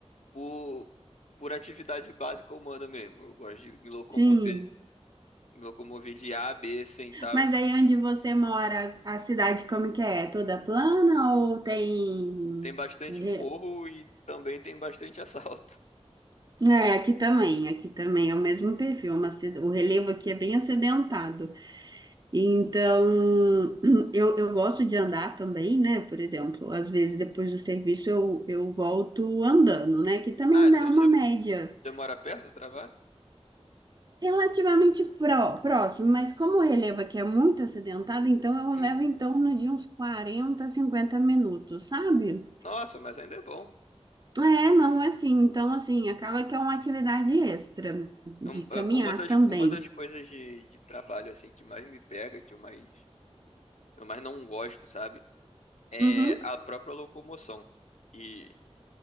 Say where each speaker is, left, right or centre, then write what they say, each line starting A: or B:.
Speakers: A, on the left; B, on the right.
A: por, por atividade básica humana mesmo. Eu gosto de me locomover,
B: Sim.
A: me locomover de A a B sem estar.
B: Mas aí onde você mora, a cidade como que é? É Toda plana ou tem...
A: Tem bastante
B: re-
A: morro e também tem bastante <laughs> assalto.
B: É, aqui também, aqui também é o mesmo perfil, é uma, cid- o relevo aqui é bem acidentado. Então, <clears throat> eu, eu gosto de andar também, né? Por exemplo, às vezes depois do serviço eu, eu volto andando, né? Que também
A: Ah, então
B: dá uma
A: você,
B: média
A: você mora perto do trabalho?
B: Relativamente pró- próximo, mas como o relevo aqui é muito acidentado, então eu
A: Hum,
B: levo em torno de uns 40, 50 minutos, sabe?
A: nossa, mas ainda é bom.
B: É, não é assim. Então, assim, acaba que é uma atividade extra de
A: Um-
B: caminhar
A: é, Uma das,
B: também.
A: uma das coisas de, de trabalho assim que mais me pega, que eu mais, eu mais não gosto, sabe? É
B: Uhum,
A: a própria locomoção. E